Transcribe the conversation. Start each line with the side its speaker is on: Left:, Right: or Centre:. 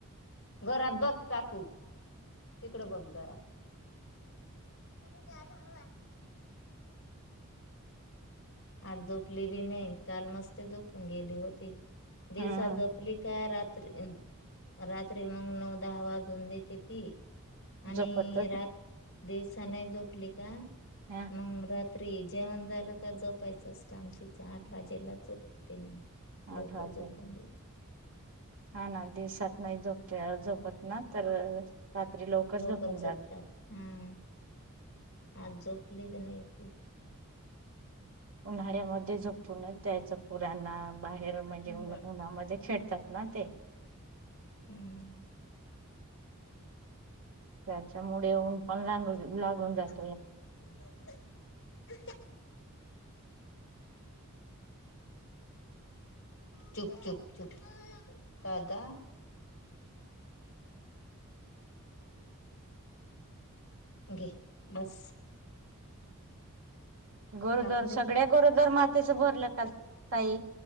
Left: घरात बघ चाकू तिकड बघ घरात. <inaudible> आज जोपली बी नाय काल मस्त झोपून गेली होती दिवसा
Right: हम्म
Left: जोपली काय रात्री म रात्री मग नऊ दहा वाजून देते ती. आणि
Right: झोपत
Left: रात दिवसा नाही झोपली का
Right: ह
Left: मग रात्री... जेवण झाला का जो... पायचच काम तिचं आठ वाजेला जोपते मग. लवकर
Right: आठ वाजले
Left: जपून देत.
Right: हा ना दिवसात नाही झोपते झोपत ना तर... रात्री
Left: लवकर
Right: झोपून
Left: झोपतात.
Right: जात
Left: हम. आज झोपलीच नाही ती.
Right: उन्हाळ्यामध्ये झोपूनच द्यायचं पुराना बाहेर म्हणजे
Left: हम्म.
Right: उन्ह उन्हामध्ये खेळ तात ना ते.
Left: हम्म.
Right: त्याच्यामुळे ऊन पण लांगुन लागून जात
Left: <inaudible> चुप, चूप, चूप दादा घे बस.
Right: गरोदर
Left: कापून देऊ
Right: सगळ्या
Left: का
Right: गरोदर मातेच भरलं का ताई